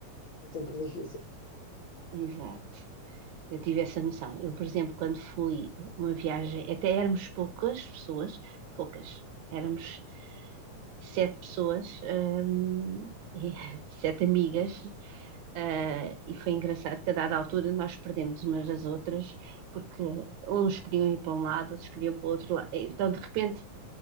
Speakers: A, on the left; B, on the right.
A: É sempre difícil.
B: Exato. Eu tive essa noção. Eu, por exemplo, quando fui uma viagem, até éramos poucas pessoas, poucas, éramos sete pessoas, hum, <laughs> e sete amigas, uh, e foi engraçado que a dada altura nós perdemos umas às outras, porque uns queriam ir para um lado, outros queriam para o outro lado. Então, de repente,